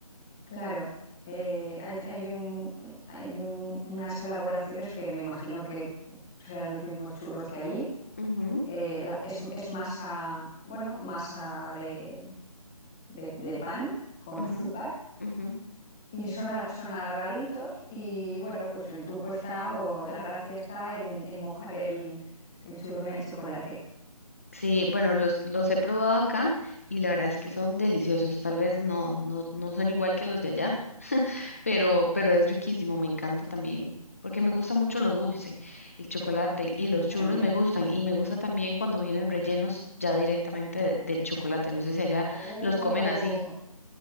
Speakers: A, in the centre; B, on the left (about 25°).
A: Claro, eh, hay, hay un- hay un- unas elaboraciones que me imagino que serán los mismos churros que allí.
B: Ujú,
A: Eh, la- es, es masa, bueno, masa de, de- de pan con
B: ujú,
A: azúcar
B: ujú.
A: y son, al- son alargaditos y bueno, pues el truco está o la gracia está en, en mojar el, el churro en el chocolate.
B: Sí, bueno, los, los he probado acá y la verdad es que son deliciosos. Tal vez no, no, no son igual que los de allá, pero, pero es riquísimo, me encanta también, porque me gusta mucho lo dulce, el chocolate y
A: A
B: los
A: mí también.
B: churros me gustan y me gusta también cuando vienen rellenos ya directamente de- del chocolate. No sé si allá
A: Oh,
B: los comen así.